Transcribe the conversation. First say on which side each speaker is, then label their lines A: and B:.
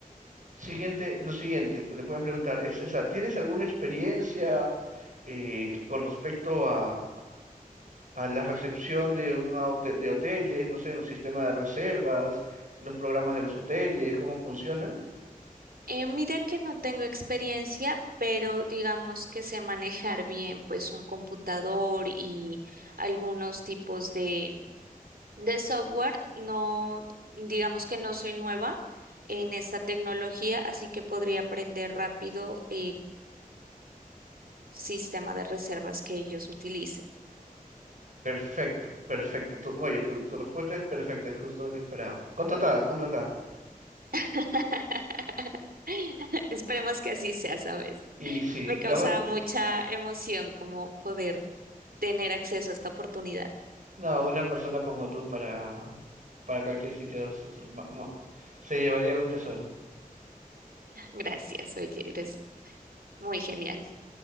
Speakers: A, on the right; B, on the right.
A: siguiente, lo siguiente que te pueden preguntar es esa, ¿tienes alguna experiencia eh, con respecto a, a la recepción de, una hote- de hoteles, no sé, un sistema de reservas, los programas de los hoteles, cómo funcionan?
B: Eh, mira que no tengo experiencia, pero digamos que sé manejar bien, pues un computador y algunos tipos de, de software. No, digamos que no soy nueva en esta tecnología, así que podría aprender rápido el sistema de reservas que ellos utilicen.
A: Perfecto, perfecto. Tu- oye, tu, tu respuesta es perfecta, es justo lo que esperaba. Contratada, contratada.
B: <laughs> <laughs> Esperemos que así sea, ¿sabes?
A: Y sí,
B: Me
A: la,
B: causa
A: buen-
B: mucha emoción como poder tener acceso a esta oportunidad.
A: No, una persona como tú para, para cualquier sitio s- s- ma- ma- se llevaría un tesoro.
B: Gracias, oye, eres muy genial.